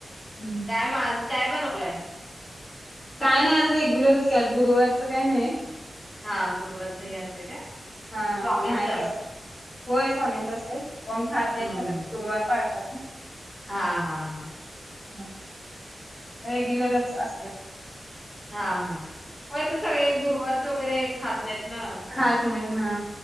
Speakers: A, on the left; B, in the centre.
A: हम्म,
B: काय म आज काय बनवलंय.
A: काय नाही आज रेग्युलरच क आज गुरुवारचं काय नाही.
B: हा गुरुवारचं ह असते का
A: हा
B: स्वामींचं?
A: नाही काय होय स्वामींचं असते कोण खात नाही
B: हं,
A: खरात
B: हं.
A: गुरुवार पाळतात ना
B: हां, हां, हां.
A: <unintelligible> रेग्युलरच असते
B: हा हा होय तर सगळे गुरुवारचे वगैरे खात नाही ना कोण
A: खात नाहीत हा